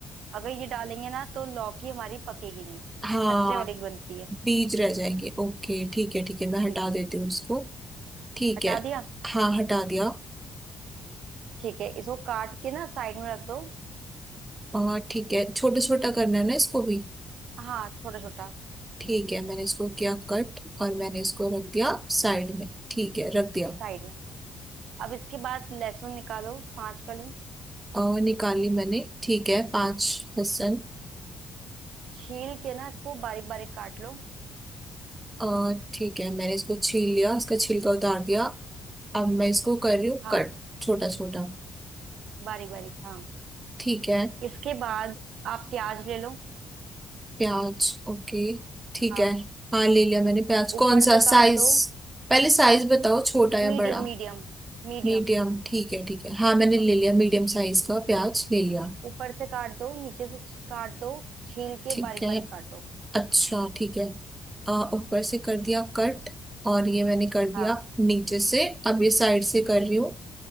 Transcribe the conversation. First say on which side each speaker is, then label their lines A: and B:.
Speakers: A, on the right; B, on the right.
A: अगर ये डालेंगे ना तो लौकी हमारी पकेगी नहीं
B: हाँ
A: कच्चे वाली की बनती है
B: बीज रह जाएंगे ओके ठीक है ठीक है मैं हटा
A: ठीक है
B: देती हूँ इसको ठीक
A: हटा
B: है
A: दिया
B: हाँ हटा दिया
A: ठीक है इसको काट के ना साइड में रख दो
B: और ठीक है छोटा छोटा करना है ना इसको भी
A: हाँ छोटा छोटा
B: ठीक है मैंने इसको किया कट और मैंने इसको रख दिया साइड में ठीक है रख दिया
A: साइड में अब इसके बाद लहसुन निकालो पांच कली
B: और निकाल ली मैंने ठीक है पांच लहसुन
A: छील के ना इसको बारीक बारीक काट लो
B: और ठीक है मैंने इसको छील लिया इसका छिलका उतार दिया अब मैं इसको कर रही हूँ
A: हाँ
B: कट छोटा छोटा
A: बारीक बारीक हाँ
B: ठीक है
A: इसके बाद आप प्याज ले लो
B: प्याज ओके ठीक
A: हाँ
B: है हाँ ले लिया मैंने प्याज
A: ऊपर
B: कौन सा
A: से काट
B: साइज
A: दो
B: पहले साइज बताओ छोटा या
A: Medium
B: बड़ा
A: medium मीडियम
B: मीडियम ठीक है ठीक है हाँ मैंने
A: हाँ
B: ले लिया मीडियम साइज का प्याज ले लिया
A: ऊपर से काट दो नीचे से छ- काट दो छील के
B: ठीक
A: बारीक
B: है
A: बारीक काटो
B: अच्छा ठीक है आ, ऊपर से कर दिया कट और ये मैंने कर दिया
A: हाँ
B: नीचे से अब ये साइड से कर रही हूँ